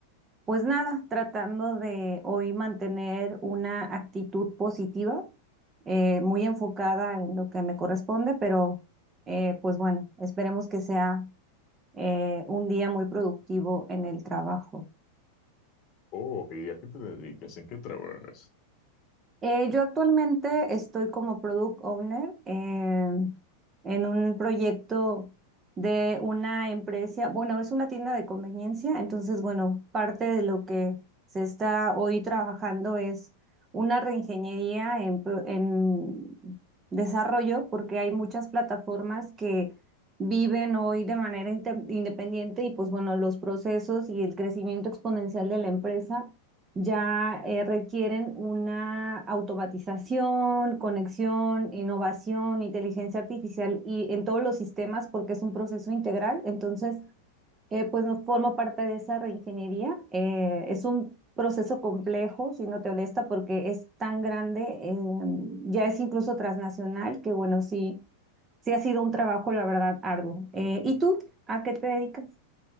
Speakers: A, on the right; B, on the left.
A: pues nada, tratando de hoy mantener una actitud positiva, eh, muy enfocada en lo que me corresponde, pero eh, pues bueno, esperemos que sea eh, un día muy productivo en el trabajo.
B: Oh, ¿y a qué te dedicas? ¿En qué trabajas?
A: Eh, yo actualmente estoy como product owner en, en un proyecto de una empresa, bueno, es una tienda de conveniencia, entonces, bueno, parte de lo que se está hoy trabajando es una reingeniería en, pro- en desarrollo, porque hay muchas plataformas que viven hoy de manera inte- independiente y pues bueno, los procesos y el crecimiento exponencial de la empresa ya eh, requieren una automatización, conexión, innovación, inteligencia artificial y en todos los sistemas porque es un proceso integral. Entonces, eh, pues nos formo parte de esa reingeniería. Eh, es un proceso complejo, si no te molesta, porque es tan grande, eh, ya es incluso transnacional, que bueno, sí, sí ha sido un trabajo, la verdad, arduo. Eh, ¿y tú? ¿A qué te dedicas?